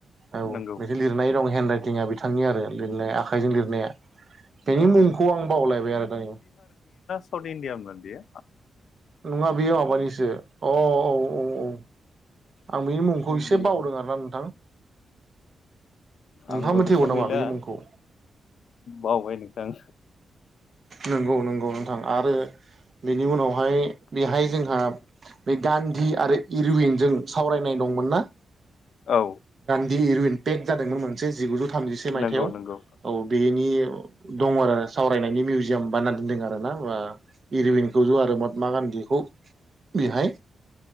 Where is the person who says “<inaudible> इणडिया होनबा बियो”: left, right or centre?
Left